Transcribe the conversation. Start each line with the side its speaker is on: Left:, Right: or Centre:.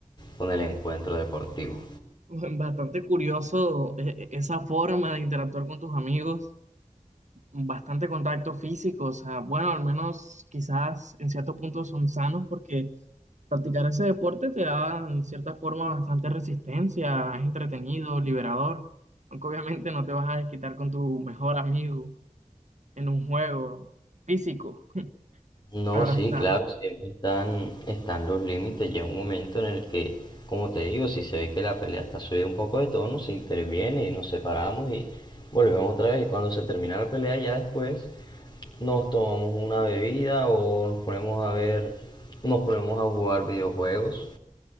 Left: con el encuentro deportivo.
Right: <laughs> Bastante curioso eh, eh, esa forma de interactuar con tus amigos, bastante contacto físico, o sea, bueno, al menos quizás en cierto punto son sanos porque Practicar ese deporte te da en cierta forma bastante resistencia, es entretenido, liberador, aunque obviamente no te vas a desquitar con tu mejor amigo en un juego físico,
Left: No,
Right: claro
Left: sí,
Right: está.
Left: claro, siempre están, están los límites. Llega un momento en el que, como te digo, si se ve que la pelea está subida un poco de tono, se interviene y nos separamos y volvemos otra vez. Y cuando se termina la pelea, ya después nos tomamos una bebida o nos ponemos a ver, nos ponemos a jugar videojuegos